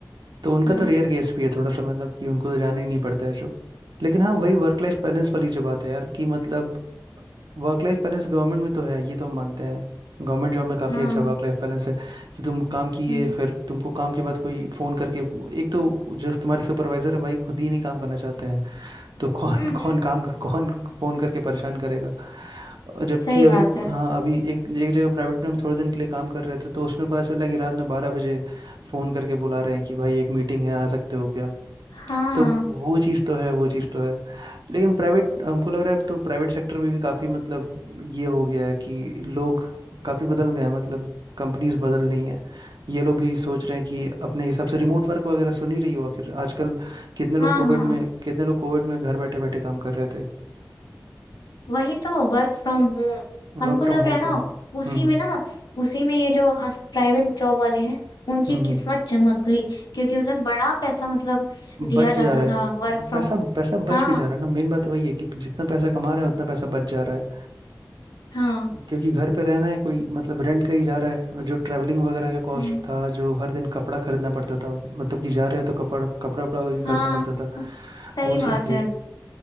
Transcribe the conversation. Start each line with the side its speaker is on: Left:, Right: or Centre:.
Right: तो उनका
Left: हाँ
Right: तो रेयर केस भी है थोड़ा सा मतलब कि उनको तो जाना ही नहीं पड़ता है जो लेकिन हाँ वही वर्क लाइफ बैलेंस वाली जो बात है यार कि मतलब वर्क लाइफ बैलेंस गवर्नमेंट में तो है ये तो हम मानते हैं गवर्नमेंट जॉब में काफ़ी
Left: हाँ
Right: अच्छा वर्क लाइफ बैलेंस है कि तुम काम किए
Left: हम्म
Right: फिर तुमको काम के बाद कोई फ़ोन करके एक तो जो तुम्हारे सुपरवाइजर है भाई खुद ही नहीं काम करना चाहते हैं तो कौन
Left: हम्म,
Right: कौन काम कौन फोन करके परेशान करेगा
Left: <laughs>
Right: और जबकि
Left: सही
Right: अभी
Left: बात है
Right: हाँ अभी एक एक जगह प्राइवेट में हम थोड़े दिन के लिए काम कर रहे थे तो उसमें पता चला कि रात में बारह बजे फोन करके बुला रहे हैं कि भाई एक मीटिंग है आ सकते हो क्या
Left: हाँ
Right: तो वो चीज़ तो है वो चीज़ तो है लेकिन प्राइवेट हमको लग रहा है अब तो प्राइवेट सेक्टर में भी काफी मतलब ये हो गया है कि लोग काफी बदल गए हैं मतलब कंपनीज बदल रही हैं ये लोग भी सोच रहे हैं कि अपने हिसाब से रिमोट वर्क वगैरह सुन ही रही हो आखिर आजकल कितने लोग
Left: हाँ
Right: कोविड
Left: हाँ
Right: में कितने लोग कोविड में घर बैठे बैठे काम कर रहे थे
Left: वही तो वर्क फ्रॉम होम
Right: वर्क
Left: हमको
Right: फ्रॉम
Left: लग
Right: होम
Left: रहा है ना
Right: कर रहे
Left: उसी
Right: हम्म हम्म
Left: में ना उसी में ये जो प्राइवेट जॉब वाले हैं उनकी
Right: हम्म
Left: किस्मत चमक गई क्योंकि उधर बड़ा पैसा मतलब दिया
Right: बच जा
Left: जाता
Right: रहा है
Left: था वर्क फ्रॉम
Right: पैसा
Left: होम
Right: पैसा
Left: हाँ
Right: बच भी जा रहा है ना मेन बात वही है कि जितना पैसा कमा रहे हैं उतना पैसा बच जा रहा है
Left: हाँ
Right: क्योंकि घर पे रहना है कोई मतलब रेंट का ही जा रहा है और जो ट्रैवलिंग वगैरह का कॉस्ट
Left: हाँ
Right: था जो हर दिन कपड़ा खरीदना पड़ता था मतलब कि जा रहे हो तो कपड़ा कपड़ा वपड़ा भी खरीदना
Left: हाँ
Right: पड़ता था
Left: हाँ, सही
Right: वो चीज़
Left: बात
Right: भी
Left: है
Right: है